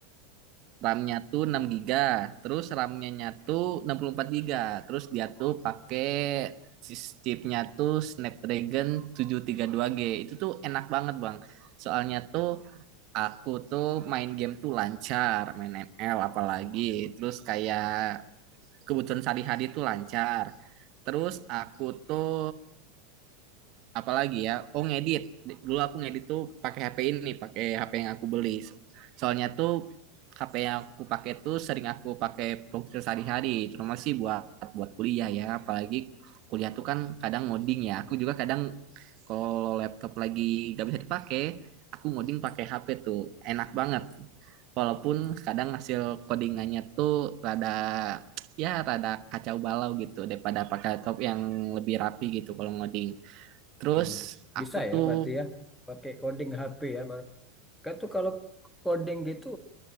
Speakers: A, on the right (about 50°); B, in the centre.
A: RAM-nya tuh 6 giga, terus RAM-nya tuh 64 giga, terus dia tuh pakai sis- chipnya tuh Snapdragon 732G. Itu tuh enak banget, Bang. Soalnya tuh aku tuh main game tuh lancar, main ML apalagi, terus kayak kebutuhan sehari-hari tuh lancar. Terus aku tuh apalagi ya oh ngedit dulu aku ngedit tuh pakai HP ini pakai HP yang aku beli soalnya tuh HP yang aku pakai tuh sering aku pakai produktif sehari-hari terutama sih buat buat kuliah ya apalagi kuliah tuh kan kadang ngoding ya aku juga kadang kalau laptop lagi gak bisa dipakai aku ngoding pakai HP tuh enak banget walaupun kadang hasil codingannya tuh rada ya rada kacau balau gitu daripada pakai laptop yang lebih rapi gitu kalau ngoding Terus
B: hmm, bis-
A: aku
B: bisa ya
A: tuh
B: berarti ya pakai coding HP ya. Baru. Kan tuh kalau coding gitu